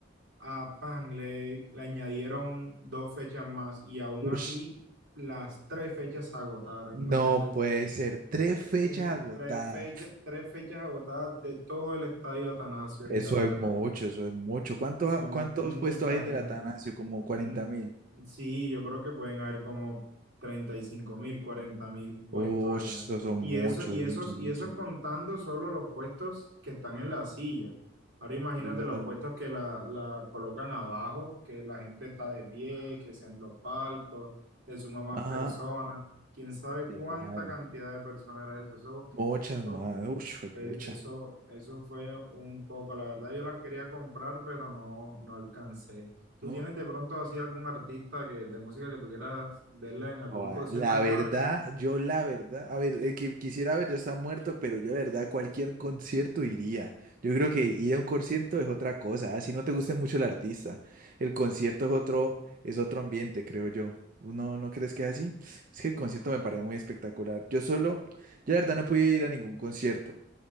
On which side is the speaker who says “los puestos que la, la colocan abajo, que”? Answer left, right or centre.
Right